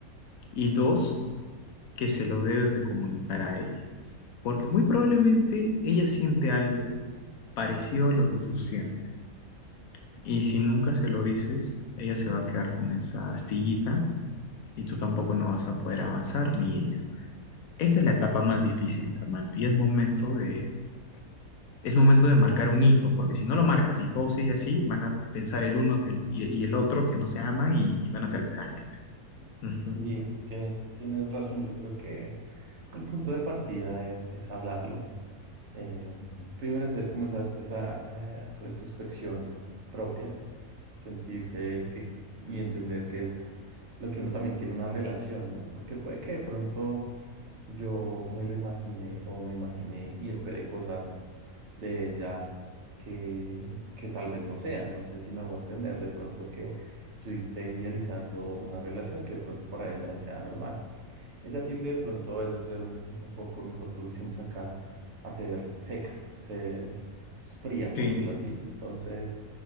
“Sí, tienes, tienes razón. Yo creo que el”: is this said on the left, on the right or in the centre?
Right